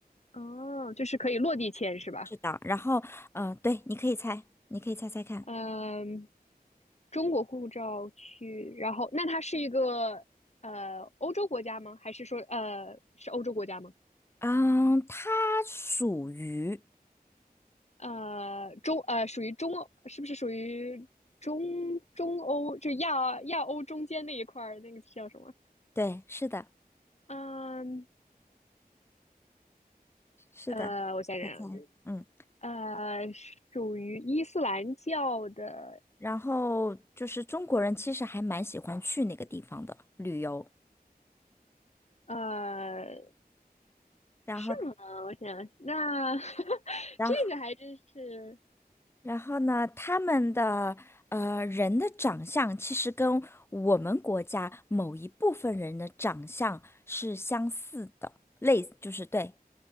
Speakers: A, on the left; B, on the left.
A: 哦，就是可以落地签是吧？
B: 是的，然后呃，对，你可以猜，你可以猜猜看。
A: 嗯，中国护照去，然后那它是一个呃欧洲国家吗？还是说呃是欧洲国家吗？
B: 嗯，它属于，
A: 呃，中呃，属于中欧，是不是属于中中欧，就亚亚欧中间那一块儿，那个叫什么？
B: 对，是的，
A: 嗯，
B: 是的，
A: 呃，我想想，
B: 猜猜，嗯，
A: 呃，属于伊斯兰教的，
B: 然后就是中国人其实还蛮喜欢去那个地方的旅游，
A: 呃，
B: 然后，
A: 是吗？我想想，那 <laughs>
B: 然后。
A: 这个还真是，
B: 然后呢，他们的呃人的长相其实跟我们国家某一部分人的长相是相似的，类就是对，